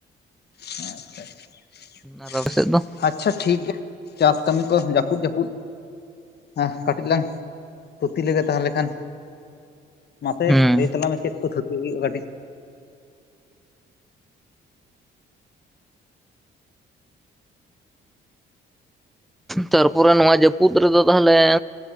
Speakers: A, on the left; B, in the centre.
A: ᱦᱮᱸ ᱟᱪᱪᱷᱟ ᱟᱪᱪᱷᱟ,
B: ᱟᱨ ᱟᱯᱮ ᱥᱮᱫ ᱫᱚ
A: ᱟᱪᱪᱷᱟ ᱴᱷᱤᱠ ᱜᱮᱭᱟ ᱪᱟᱥ ᱠᱟᱹᱢᱤ ᱠᱚ ᱡᱟᱹᱯᱩᱫ ᱡᱟᱹᱯᱩᱫ ᱦᱮᱸ ᱠᱟᱹᱴᱤᱡ ᱞᱟᱝ ᱛᱷᱩᱛᱤ ᱞᱮᱜᱮ ᱛᱟᱦᱞᱮ ᱠᱷᱟᱱ᱾ ᱢᱟᱥᱮ
B: ᱦᱮᱸ
A: ᱞᱟᱹᱭ ᱛᱟᱞᱟᱝ ᱢᱮ ᱪᱮᱫ ᱠᱚ ᱛᱷᱩᱛᱤ ᱦᱩᱭᱩᱜ-ᱟ ᱠᱟᱹᱴᱤᱡ?
B: ᱛᱟᱨᱯᱚᱨᱮ ᱱᱚᱣᱟ ᱡᱟᱹᱯᱩᱫ ᱨᱮᱫᱚ ᱛᱟᱦᱞᱮ,